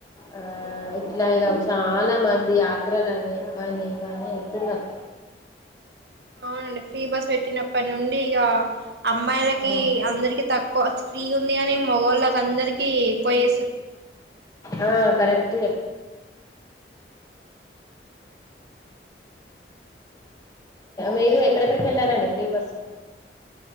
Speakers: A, on the left; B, on the right.
A: ఆ
B: అవునండి
A: ఇట్ల ఇగ చాల మంది యాత్రలని అవని ఇవని వెల్తున్నారు
B: అవునండి ఫ్రీ బస్ పెట్టినప్పటి నుండి ఇక అమ్మాయిలకి
A: ఉమ్.
B: అందరికి తక్కువ ఫ్రీ ఉంది అని యోగోళ్ళకి అందరికి ఎక్కువే
A: ఆ కరెక్ట్ మీరు ఎక్కడెక్కడికి వెళ్ళారంండి ఫ్రీ బస్సు